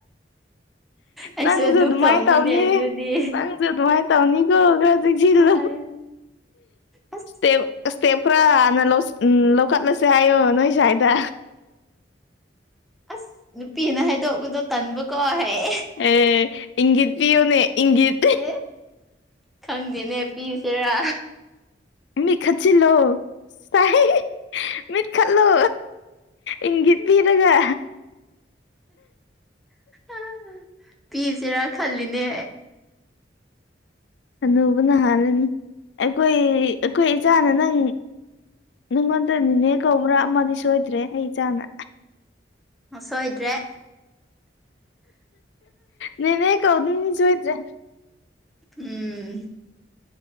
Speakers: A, in the centre; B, on the left (about 70°).
A: ꯑꯩꯁꯨ
B: ꯅꯪꯖꯨ
A: ꯑꯗꯨꯝ
B: ꯑꯗꯨꯃꯥꯏꯅ
A: ꯇꯧꯅꯤꯅꯦ
B: ꯇꯧꯅꯤ
A: ꯑꯗꯨꯗꯤ
B: ꯅꯪꯖꯨ ꯑꯗꯨꯃꯥꯏ ꯇꯧꯅꯤꯒꯣ ꯈ꯭ꯔ ꯆꯦꯛꯁꯤꯜꯂꯨ
A: ꯍꯣꯏ ꯑꯁ
B: ꯁ꯭ꯇꯦꯞ ꯁ꯭ꯇꯦꯞ ꯈꯔ ꯍꯥꯟꯅ ꯂꯧꯁ ꯎꯝ ꯂꯧꯈꯠꯂꯁꯦ ꯍꯥꯏꯌꯣ ꯅꯣꯏ ꯁꯥꯏꯗ
A: ꯑꯁ ꯅꯨꯄꯤꯅ ꯍꯥꯏꯗꯣꯛꯄꯗꯣ ꯇꯟꯕꯀꯣ ꯍꯥꯏꯑꯦ
B: ꯑꯦ ꯏꯪꯒꯤꯠ ꯄꯤꯌꯨꯅꯦ ꯏꯪꯒꯤꯠ
A: ꯑꯦ ꯈꯪꯗꯦꯅꯦ ꯄꯤꯁꯦꯔꯥ
B: ꯃꯤꯠ ꯈꯠꯆꯤꯜꯂꯣ ꯇꯥꯢ ꯃꯤꯠ ꯈꯠꯂꯣ ꯏꯪꯒꯤꯠ ꯄꯤꯔꯒ
A: ꯑ ꯄꯤꯁꯦꯔꯥ ꯈꯜꯂꯤꯅꯦ
B: ꯍꯅꯨꯕꯅ ꯅꯥꯜꯂꯅꯤ ꯑꯩꯈꯣꯏ ꯑꯩꯈꯣꯏ ꯏꯆꯥꯅ ꯅꯪ ꯅꯪꯉꯣꯟꯗ ꯅꯤꯅꯦ ꯀꯧꯕ꯭ꯔꯥ ꯑꯃꯗꯤ ꯁꯣꯏꯗ꯭ꯔꯦ ꯑꯩ ꯏꯆꯥꯅ
A: ꯁꯣꯏꯗ꯭ꯔꯦ
B: ꯅꯦꯅꯦ ꯀꯧꯗꯨꯏꯅꯤ ꯁꯣꯏꯗ꯭ꯔꯦ
A: ꯎꯝ